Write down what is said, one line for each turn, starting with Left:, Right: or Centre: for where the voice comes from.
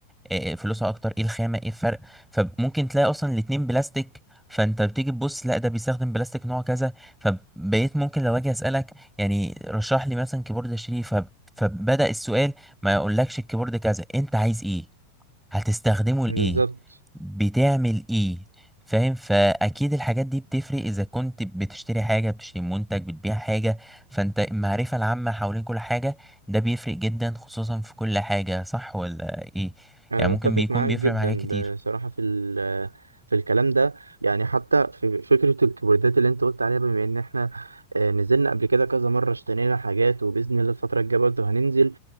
Centre: إيه فلوسها اكتر ايه الخامه ايه الفرق فممكن تلاقي اصلا الاتنين بلاستيك فانت بتيجي تبص لا ده بيستخدم بلاستيك نوع كذا فبقيت ممكن لو اجي اسالك يعني رشح لي مثلا كيبورد اشتريه فب- فبدأ السؤال ما يقولكش الكيبورد كذا انت عايز ايه هتستخدمه
Right: بالظبط
Centre: لإيه بتعمل إيه فاهم فأكيد الحاجات دي بتفرق إذا كنت بتشتري حاجة بتشتري منتج بتبيع حاجة فأنت المعرفة العامة حوالين كل حاجة ده بيفرق جدا خصوصا في كل حاجة صح ولا إيه
Right: انا
Centre: يعني
Right: متفق
Centre: ممكن بيكون
Right: معاك
Centre: بيفرق
Right: جدا
Centre: مع حاجات كتير
Right: بصراحه في ال- في الكلام ده يعني حتى في فكره الكيبوردات اللي انت قلت عليها بما ان احنا آه، نزلنا قبل كده كذا مره اشترينا حاجات وباذن الله الفتره الجايه برضه هننزل